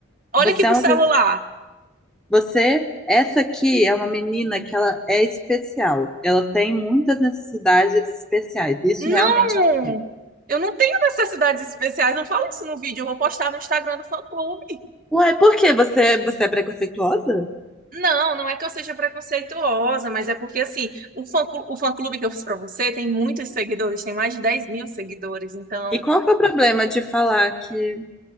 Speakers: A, on the right; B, in the centre.
A: Olha
B: Você
A: aqui pro
B: é uma,
A: celular.
B: pe- você, essa aqui é uma menina que ela é especial. Ela tem muitas necessidades especiais. Isso
A: Não!
B: realmente ela tem.
A: Eu não tenho necessidades especiais, não fala isso no vídeo, eu vou postar no Instagram do fã-clube.
B: Uai, por que você, você é preconceituosa?
A: Não, não é que eu seja preconceituosa, mas é porque, assim, o fã-clu- o fã-clube que eu fiz pra você tem muitos seguidores, tem mais de 10 mil seguidores. Então,
B: E qual que é o problema de falar que